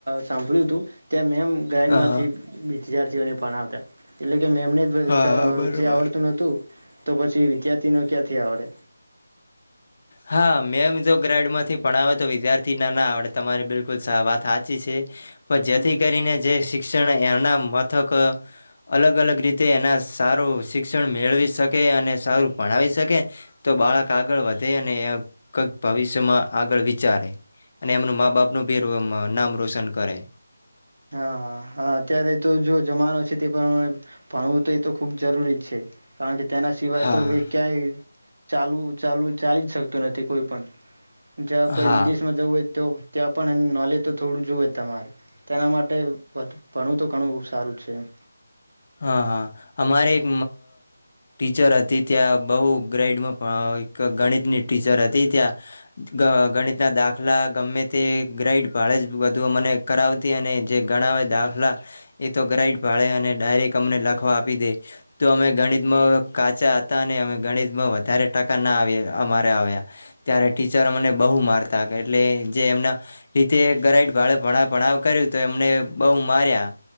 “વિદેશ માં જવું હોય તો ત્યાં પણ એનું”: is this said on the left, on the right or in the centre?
Right